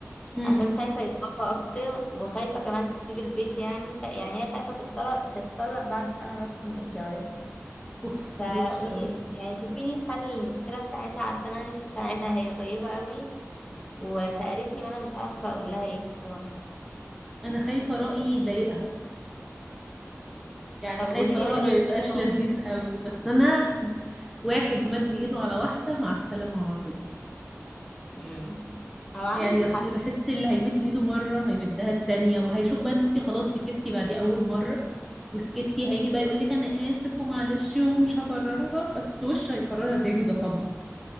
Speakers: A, in the centre; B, on the left.
A: امم
B: عشان خايفة يضربها أكتر وخايفة كمان تسيب البيت يعني خ- يعني هي خايفة تتطلق تتطلق بعد سنة بس من الجواز
A: اوف
B: فقولي
A: دي وحشة قوي
B: يعني شوفي لي حل المشكلة بتاعتها علشان أنا نفسي أساعدها هي طيبة قوي وسألتني وأنا مش عارفة أقول لها إيه بصراحة
A: انا خايفة رأيي يضايقها يعني
B: طب
A: خايفة
B: قولي لي
A: رأيي
B: رأيك
A: ما يبقاش
B: كده
A: لذيذ قوي بس انا واحد مد ايده على واحدة مع السلامة على طول
B: مم. هو عندك
A: يعني اصل
B: حق
A: بحس اللي هيمد ايده مره هيمدها التانية وهيشوف بقى ان انت خلاص سكتي بعد اول مره وسكتي هيجي بقى يقول لك انا اسف ومعلش ومش هكررها بس وش هيكررها تاني ده طبعا